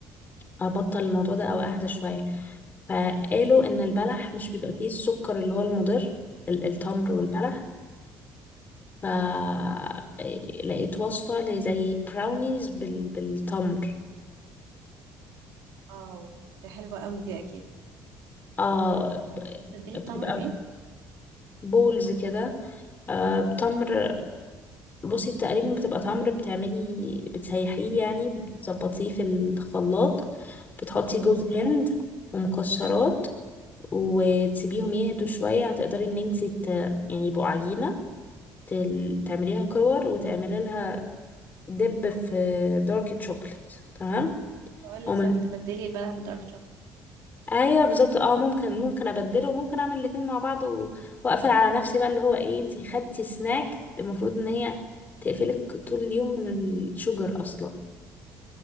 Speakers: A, on the left; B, on the right.
A: ابطل الموضوع ده او اهدى شويه فقالوا ان البلح مش بيبقى فيه السكر اللي هو المضر ال- التمر والبلح فلقيت وصفة لزي براونيز بال... بالتمر
B: اه ده حلوة قوي دي اكيد
A: اه ب-
B: تبدلي
A: بتبقى
B: التمر بايه
A: بولز كده آه بتمر بصي تقريبا بتبقى تمر بتعملي بتسيحيه يعني بتظبطيه في الخلاط بتحطي
B: مم.
A: جوز هند ومكسرات وتسيبيهم يهدوا شوية هتقدري ان انتي ت... يعني يبقوا عجينة تل- تعمليها كور وتعملي لها دب في دارك تشوكلت تمام
B: كنت اقول
A: ومن
B: لك صح تبدلي البلح بدارك شوكليت
A: ايوه بالظبط اه ممكن ممكن ابدله وممكن اعمل الاتنين مع بعض و... واقفل على نفسي بقى اللي هو ايه انتي خدتي سناك المفروض ان هي تقفلك طول اليوم من الشجر اصلا